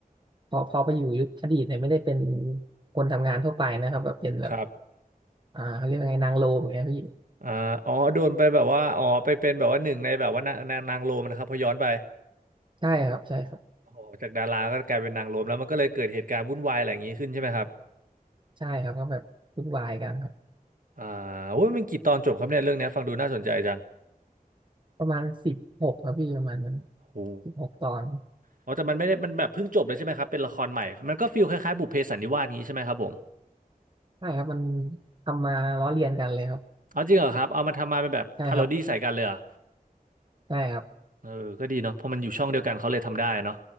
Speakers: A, on the right (about 30°); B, on the right (about 60°).
A: พอพอไปอยู่ยุคอดีตเนี่ยไม่ได้เป็นคนทำงานทั่วไปนะครับแบบเป็นแบบ
B: ครับ
A: อ่าเขาเรียกว่าไงนางโลมอย่างเงี้ยพี่
B: อ่าอ๋อโดนไปแบบว่าอ๋อไปเป็นแบบว่าหนึ่งในแบบว่านางนางนางโรมนะครับพอย้อนไป
A: ใช่ครับใช่ครับ
B: โอ้โหจากดาราก็กลายเป็นนางโรมแล้วมันก็เลยเกิดเหตุการณ์วุ่นวายอะไรอย่างนี้ขึ้นใช่ไหมครับ
A: ใช่ครับก็แบบวุ่นวายกันครับ
B: อ่าโอ้ยมันกี่ตอนจบครับเนี่ยเรื่องเนี้ยฟังดูน่าสนใจจัง
A: ประมาณสิบหกครับพี่ประมาณนั้น
B: โอ้
A: สิบหกตอน
B: อ๋อแต่มันไม่ได้มันแบบเพิ่งจบเลยใช่ไหมครับเป็นละครใหม่มันก็ฟีลคล้ายๆบุพเพสันนิวาสงนี้ใช่ไหมครับผม
A: ใช่ครับมันทำมาล้อเลียนกันเลยครับ
B: เอาจริงเหรอครับเอามาทำมาเป็นแบบพาโรดี้ใส่กันเลยเหรอ
A: ใช่ครับใช่ครับ
B: เออก็ดีเนาะเพราะมันอยู่ช่องเดียวกันเขาเลยทำได้เนาะ